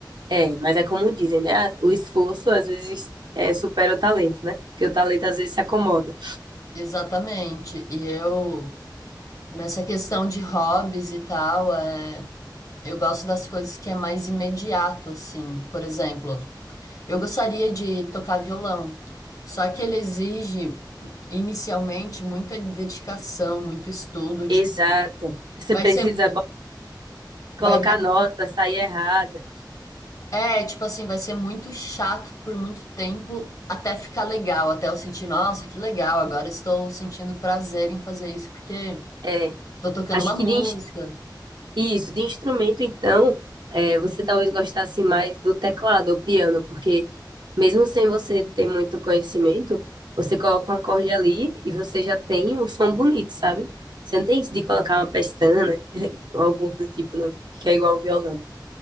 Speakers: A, on the right; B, on the left.
A: é, mas é como dizem, né? O esforço às vezes é, supera o talento, né? Porque o talento às vezes se acomoda.
B: Exatamente. E eu, nessa questão de hobbies e tal, é, eu gosto das coisas que é mais imediato, assim. Por exemplo, Eu gostaria de tocar violão, só que ele exige inicialmente muita dedicação, muito estudo, tipo,
A: Exato. Você
B: vai
A: precisa
B: ser
A: bo-
B: vai,
A: colocar
B: vai-
A: nota, sair errada.
B: é, tipo assim, vai ser muito chato por muito tempo até ficar legal, até eu sentir, nossa, que legal, agora estou sentindo prazer em fazer isso porque
A: É,
B: tô tocando
A: acho
B: uma música.
A: que de Isso, de instrumento, então, é, você talvez gostasse mais do teclado ou piano, porque mesmo sem você ter muito conhecimento, você coloca um acorde ali e você já tem o som bonito, sabe? Você não tem isso de colocar uma pestana <laughs> ou algo do tipo, no- que é igual ao violão.